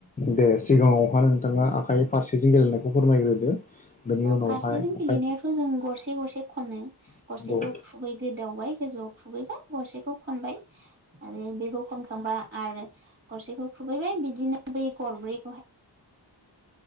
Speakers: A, on the left; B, on the right.
A: दे सिगाङावहा नोंथाङा
B: ओ
A: आखाइ फारसेजों गेलेनायखौ फोरमायग्रोदो बेनि उनावहाय
B: फारसेजों गेलेनाया
A: आखाइ
B: थ जों गरसे गरसे खनो
A: नंगौ
B: गरसेखौ खुबै गोदावबाय गोजौआव खुबैबाय गरसेखौ खनबाय आरो बेखौ खनखांबा आरो गरसेखौ खुबैबाय बिदिनो बै गरब्रै